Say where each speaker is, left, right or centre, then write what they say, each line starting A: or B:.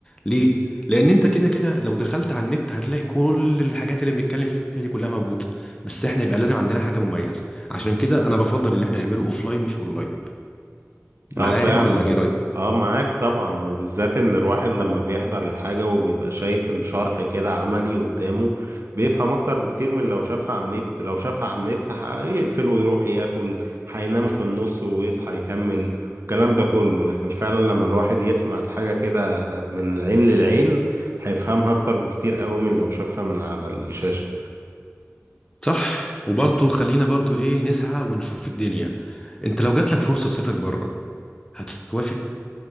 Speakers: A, on the left; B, on the right.
A: ليه؟ لأن انت كده كده لو دخلت على النت هتلاقي كل الحاجات اللي بنتكلم فيها دي كلها موجودة بس احنا يبقى لازم عندنا حاجة مميزة عشان كده انا بفضل اللي احنا نعمله اوفلاين مش اونلاين معايا
B: اه فعلا
A: ولا ايه
B: اه معاك طبعا وبالذات ان الواحد لما بيحضر الحاجة وبيبقى شايف الشرح كده عملي قدامه بيفهم اكتر بكتير من لو شافها على النت لو شافها على النت هيقفل ويروح ياكل هينام في النص ويصحى يكمل الكلام ده كله لكن فعلا لما الواحد يسمع الحاجة كده من العين للعين هيفهمها اكتر بكتير قوي من لو شافها من على الشاشة
A: صح وبرضه خلينا برضه ايه نسعى ونشوف الدنيا انت لو جاتلك فرصة تسافر بره هتوافق